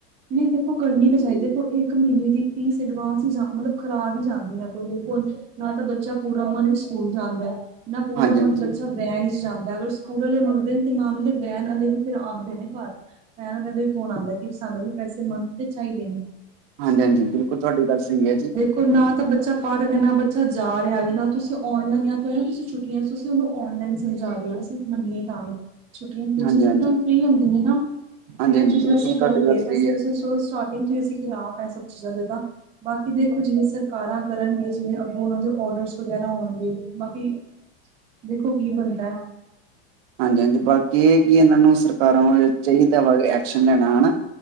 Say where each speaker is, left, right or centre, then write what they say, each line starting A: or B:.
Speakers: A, on the right; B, on the right.
A: ਨ‌ਈ ਦੇਖੋ ਕਰਨੀ ਤਾਂ ਚਾਈਦੀ ਏ ਦੇਖੋ ਇੱਕ ਮੀਨੇ ਦੀ ਫੀਸ ਅਡਵਾਂਸ ਹੀ ਮਤਲਬ ਖਰਾਬ ਈ ਜਾਂਦੀ ਆ ਕੋਈ ਦੇਖੋ ਹੁਣ ਨਾ ਤਾਂ ਬੱਚਾ ਪੂਰਾ ਮੰਥ ਸਕੂਲ ਜਾਂਦਾ ਐ ਨਾ ਪੂਰਾ
B: ਹਾਂਜੀ ਹਾਂਜੀ
A: ਮੰਥ ਬੱਚਾ ਵੈਨ ਚ‌ ਜਾਂਦਾ ਅਗਰ ਸਕੂਲ ਆਲੇ ਮੰਗਦੇ ਨੇ ਤੇ ਨਾਲ ਓਦੇ ਵੈਨ ਆਲੇ ਵੀ ਫੇਰ ਆਦੇ ਨੇ ਘਰ ਵੈਨ ਆਲੇ ਦੇ ਫੋਨ ਆਦਾ ਕਿ ਸਾਨੂੰ ਵੀ ਪੈਸੇ ਮੰਥ ਦੇ ਚਾਈਦੇ ਨੇ।
B: ਹਾਂਜੀ-ਹਾਂਜੀ ਬਿਲਕੁਲ ਤੁਹਾਡੀ ਗੱਲ ਸਹੀ ਆ ਜੀ।
A: ਤੇ ਨਾ ਤਾਂ ਬੱਚਾ ਪੜ ਰੇਆ ਨਾ ਬੱਚਾ ਜਾ ਰੇਆ ਵੇ ਨਾ ਤੁਸੀਂ ਆਉਣ <unintelligible> ਤੇ ਤੁਸੀਂ ਛੁੱ ਛੀ ਤੁਸੀਂ ਓਨੂੰ ਔਨਲਾਈਨ ਸਮਝਾ ਰਹੇ ਓ ਅਸੀਂ ਮੰਨੀਏ ਤਾਂ ਵੀ ਛੁੱਟੀਆਂ ਚ ਬੱਚੇ
B: ਹਾਂਜੀ ਹਾਂਜੀ
A: ਇੱਕਦਮ ਫਰੀ ਹੁੰਦੇ ਨੇ ਨਾ।
B: ਹਾਂਜੀ
A: ਇਹ
B: ਹਾਂਜੀ
A: ਚੀਜ਼
B: ਬਿਲਕੁਲ
A: ਵੈਸੇ
B: ਤੁਹਾਡੀ
A: ਗਲਤ
B: ਗੱਲ
A: ਏ
B: ਸਹੀ
A: ਤਾਂ ਅਸੀ
B: ਹੈ
A: ਸਟਾਰਟਿੰਗ ਤੋਂ ਈ ਅਸੀਂ ਖਿਲਾਫ਼ ਆ ਏਹ ਸਭ ਚੀਜ਼ਾਂ ਦੇ ਤਾਂ। ਬਾਕੀ ਦੇਖੋ ਜਿਵੇਂ ਸਰਕਾਰਾਂ ਕਰਨਗੇ ਜਿਵੇਂ ਅੱਗੋਂ ਓਨਾਂ ਦੇ ਓਡਰਸ ਵਗੈਰਾ ਆਉਣਗੇ ਬਾਕੀ ਦੇਖੋ ਕੀ ਬੰਨਦੈ।
B: ਹਾਂਜੀ-ਹਾਂਜੀ, ਬਾਕੀ ਏਹ ਕੀ ਏਨਾਂ ਨੂੰ ਸਰਕਾਰਾਂ ਨੂੰ ਚਾਈਦਾ ਵਾ ਐਕਸ਼ਨ ਲੈਣਾ, ਹਨਾ?